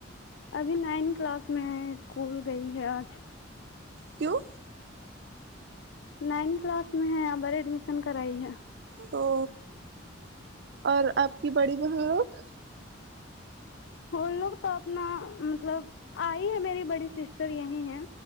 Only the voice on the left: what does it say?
ابھی نائن کلاس میں ہے اسکول گئی ہے آج
نائن کلاس میں ہے ہمارے ایڈمیشن کرائی ہے
وہ لوگ تو اپنا مطلب آئی ہے میری بڑی سسٹر یہیں ہیں